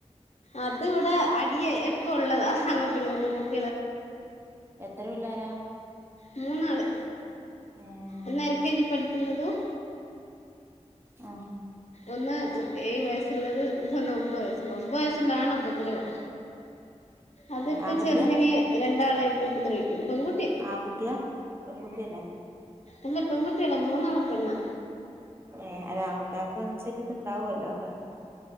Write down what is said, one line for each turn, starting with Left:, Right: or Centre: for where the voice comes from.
Left: അത് ഇവിടെ അടിയെ എപ്പ ഉള്ളതാ അങ്ങോട്ടും ഇങ്ങോട്ടും ഇങ്ങോട്ടും
Right: എത്ര പിള്ളേരാ
Left: മൂന്നാള്
Right: ഏ
Left: ഒന്ന് എൽ കെ ജി പഠിക്കുന്നതും
Right: ആ
Left: ഒന്ന് ഏഴുവയസ്സുള്ളത് ഒന്ന് ഒമ്പതുവയസ്സുള്ള ഒമ്പത് വയസ്സുള്ളാണ് ഉപദ്രവം അതിട്ട്
Right: ആൺകുട്ടിയാ
Left: ചെറുതിന് രണ്ടാളായിട്ട് ഉപദ്രവിക്കും പെൺകുട്ടി
Right: ആൺകുട്ടിയാ പെൺകുട്ടിയന്നെ
Left: ഇല്ല പെൺകുട്ടിയല്ല മൂന്നാളും പെണ്ണാ
Right: ഏ അല്ല ആൺകുട്ടികൾക്ക് കുറച്ചൊരു ഇതുണ്ടാവുമല്ലോ